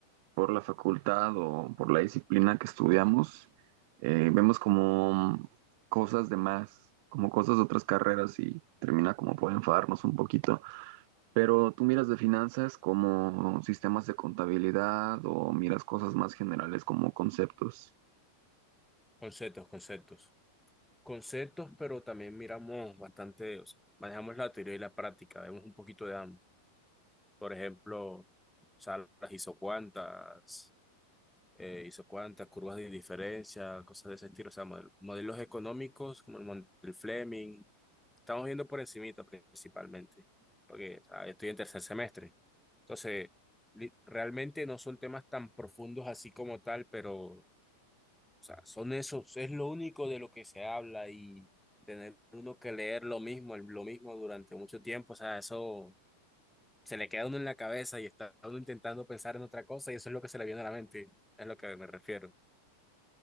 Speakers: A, on the right (about 45°); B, in the centre.
A: por la facultad o por la disciplina que estudiamos, eh, vemos como cosas de más, como cosas de otras carreras y termina como por enfadarnos un poquito. Pero tú miras de finanzas como sistemas de contabilidad o miras cosas más generales como conceptos.
B: conceptos, conceptos. Conceptos, pero también miramos bastante, o sea, manejamos la teoría y la práctica, vemos un poquito de ambos. Por ejemplo, o sea, las isocuantas, eh, isocuantas, curvas de indiferencia, cosas de ese estilo, o sea, model- modelos económicos como el mon- el Fleming. Estamos viendo por encimita principalmente, porque o sea, estoy en tercer semestre. Entonces, li- realmente no son temas tan profundos así como tal, pero, o sea, son esos, es lo único de lo que se habla y tener uno que leer lo mismo, el- lo mismo durante mucho tiempo, o sea, eso se le queda a uno en la cabeza y está uno intentando pensar en otra cosa y eso es lo que se le viene a la mente, es lo que me refiero.